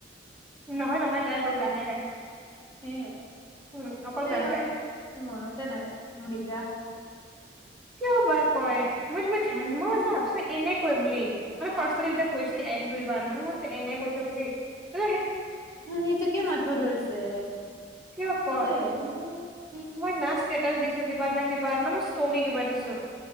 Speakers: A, in the centre; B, on the left.
A: নহয় নহয় তাই অকল গানে গায়
B: সে
A: উম অকল
B: তাতে
A: গান
B: আৰু
A: গায়।
B: মনতে নাই মোৰ এতিয়া
A: কিয় বা কয় মই মই ধ্যান
B: উম
A: মই ভাবিছিলো এনেই কয় বুলি মানে ফাৰ্ষ্টতে যেতিয়া কৈছিল এক দুই বাৰ মানে এনেই কৈছে বুলি অ
B: অ হেইটো কে মাতিব ধৰিছে
A: কিয় কল
B: সেইটোৱে
A: মই নাচ কেইটাল দিছো কিবা না কিবা না ষ্টৰি কিবা দিছো